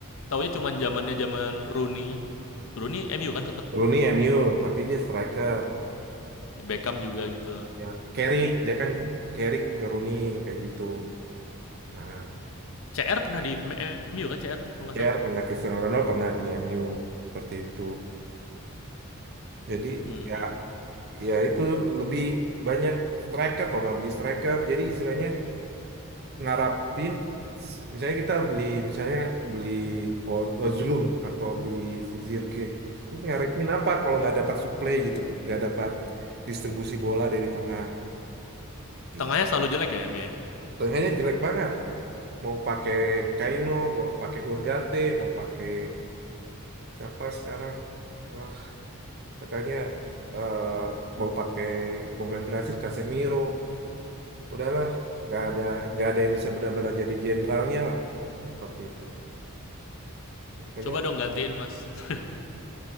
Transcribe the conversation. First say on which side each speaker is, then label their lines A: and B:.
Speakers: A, on the left; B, on the right.
A: taunya cuman zamannya zaman Rooney. Rooney MU kan sempet
B: Rooney MU tapi dia striker.
A: Beckham juga gitu.
B: Ya, Carrick dia kan Carrick ke Rooney kayak gitu. Nah,
A: CR pernah di M- MU kan CR kalau nggak
B: Cher
A: salah.
B: pernah Cristiano Ronaldo pernah di MU seperti itu. Jadi
A: Hmm.
B: ya ya itu lebih banyak striker kalau nggak beli striker. Jadi istilahnya ngarapin s- misalnya kita beli misalnya beli Ho- Hojlund atau beli si Zirke terus ngarepin apa kalau nggak dapat suplai gitu loh nggak dapat distribusi bola dari tengah gitu.
A: Tengahnya selalu jelek ya MU ya.
B: Tengahnya jelek banget mau pakai Kaino mau pakai Urgate mau pakai siapa sekarang Wah. Makanya eh, mau pakai mau main Brasil Casemiro, udahlah nggak ada nggak ada yang bisa benar-benar jadi jenderalnya lah seperti itu. Makanya
A: Coba dong gantiin mas. <laughs>